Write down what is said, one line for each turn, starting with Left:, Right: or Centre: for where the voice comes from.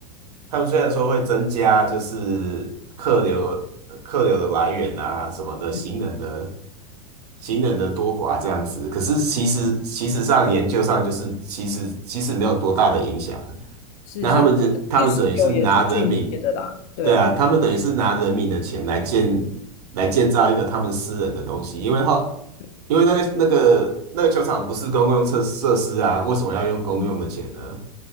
Right: 他们虽然说会增加就是客流呃客流的来源啊什么的，行人的
Left: 嗯，
Right: 行人的多寡这样子，可是其实其实上研究上就是其实其实没有多大的影响。
Left: 是是，
Right: 那他们这他们等于是拿人民，
Left: 律师有也是间接的啦，对啊，
Right: 对啊，他们等于是拿人民的钱来建来建造一个他们私人的东西，因为后因为那个那个那个球场不是公共设设施啊，
Left: 对
Right: 为什么要用公用的钱呢？
Left: 嗯，